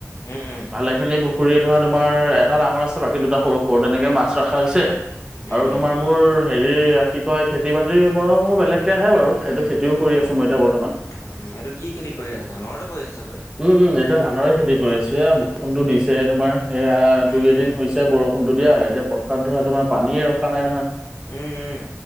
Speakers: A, on the left; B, on the right.
A: উম উম উম
B: ভালে খিনি পুখুৰী ধৰা তোমাৰ এট টা ডাঙৰ আছিল বাকি দুটা সৰু সৰু তেনেকে মাছ ৰখা হৈছে।
A: উম
B: আৰু
A: উম
B: তোমাৰ মোৰ হেৰি কি কয় খেতি -বাতিৰ পৰাও মোৰ বেলেগকে আহে বাৰু। সেইটো খেত্‌ তিও
A: অ
B: কৰি আছোঁ
A: অ
B: মই এতিয়া বৰ্তমান।
A: উম উম, এইটো কি খেতি কৰি আছে ধানৰটো কৰি আছে চাগৈ।
B: উম, উম এতিয়া ধানৰে খেতি কৰি আছোঁ। এয়া বৰষুণটো
A: উম উম
B: দিছেহে তোমাৰ সেয়া
A: উম
B: দুই-এদিন
A: উম
B: হৈছে বৰ ষুনটো দিয়া। এতিয়া পথাৰত ধৰা তোমাৰ পানীয়ে ৰখা নাই নহয়।
A: উম উম